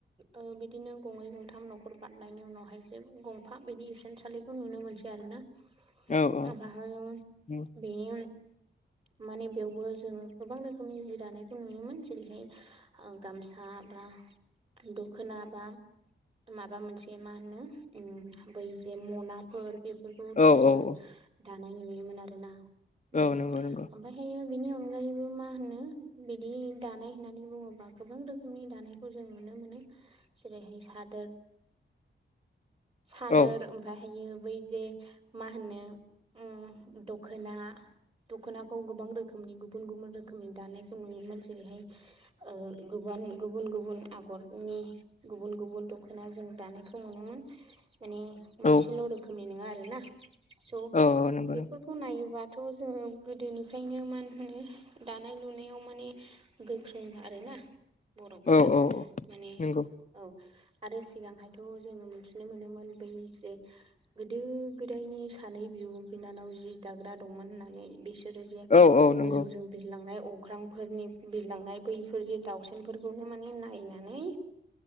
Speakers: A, on the right; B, on the left.
A: ओ बिदिनो गंनै गंथाम न'खर बारनायनि उनावहाय जों गंफा बिदि इसानसालिखौ नुनो मोनसै आरो ना।
B: औ औ
A: ओमफ्रायहायो
B: नंगौ
A: बिनि माने बेयावबो जोङो गोबां रोखोमनि जि दानायखौ नुयोमोन जेरैहाय ओ गामसा बा दख'ना बा माबा मोनसे मा होनो ओम बै जे मनाफोर बेफोरखौथ'
B: औ औ
A: जोङो
B: औ
A: दानाय नुयोमोन आरोना ओम
B: औ नंगौ नंगौ
A: ओमफ्रायहायो बिनि अनगायैबो मा होनो बिदि दानाय होननानै बुङोबा गोबां रोखोमनि दानायखौ जों नुनो मोनो जेरैहाय सादोर
B: <inaudible>
A: सादोर
B: औ
A: ओमफायहायै बै जे मा होनो ओम दख'ना दख'नाखौ गोबां रोखोमनि गुबुन गुबुन रोखोमनि दानायखौ नुयोमोन जेरैहाय ओ गोबानि गुबुन गुबुन आगरनि गुबुन गुबुन दख'ना जों दानायखौ मोनोमोन माने
B: औ
A: मोनसेल' रोखोमनि नङा आरो ना स'
B: औ औ नंगौ
A: बे
B: नंगौ
A: फोरखौ नायोबाथ' जोङो गोदोनिफ्रायनो मा होनो दानाय लुनायाव माने गोख्रों आरोना बर'फोरा
B: औ औ
A: माने
B: नंगौ
A: औ आरो सिगांहायथ' जोङो मिथिनो मोनोमोन बै जे गोदो गोदायनि सानै बिब' बिनानाव जि दाग्रा दंमोन होननानै। बिसोरो जे
B: औ औ नंगौ
A: गोजौजों बिरलांनाय अख्रांफोरनि बिरलांनाय बैफोर जे दाउसेनफोरखौनो माने नायनानै